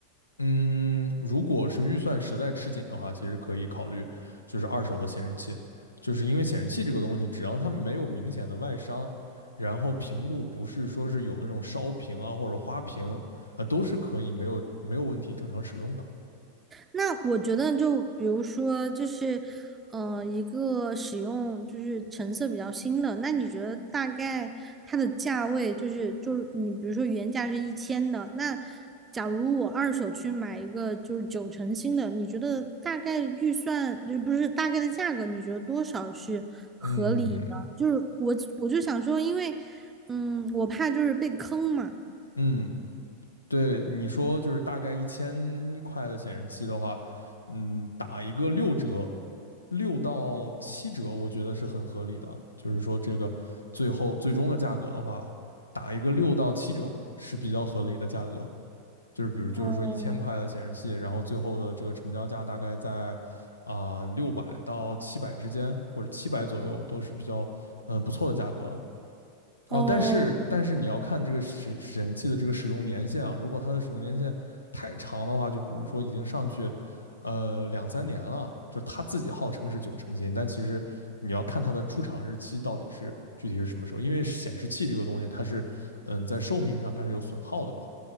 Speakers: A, on the left (about 80°); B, on the right (about 15°).
A: 嗯，如果是预算实在吃紧的话，其实可以考虑就是二手的显示器，就是因为显示器这个东西，只要它没有明显的外伤，然后屏幕不是说是有那种烧屏啊或者花屏，呃，都是可以没有没有问题正常使用的。
B: 那我觉得，就比如说，就是，呃，一个使用就是成色比较新的，那你觉得大概它的价位就是，就是你比如说原价是一千的，那假如我二手去买一个就是九成新的，你觉得大概预算，就不是大概的价格，你觉得多少是合理的？
A: 嗯
B: 就是我我就想说，因为，嗯，我怕就是被坑嘛。
A: 嗯，对，你说就是大概一千块的显示器的话，嗯，打一个六折，六到七折，我觉得是很合理的。就是说，这个最后最终的价格的话，打一个六到七折是比较合理的价格。就是比如，就是说一千块的显示器，
B: 哦
A: 然后最后的这个成交价大概在啊六百到七百之间，或者七百左右，都是比较嗯不错的价格了。
B: 哦
A: 哦，但是但是你要看这个显显示器的这个使用年限啊，如果它的使用年限太长的话，就比如说已经上去，呃，两三年了，就它自己号称是九成新，但其实你要看它的出厂日期到底是具体是什么时候，因为显示器这个东西它是，嗯，在寿命上它是有损耗的嘛，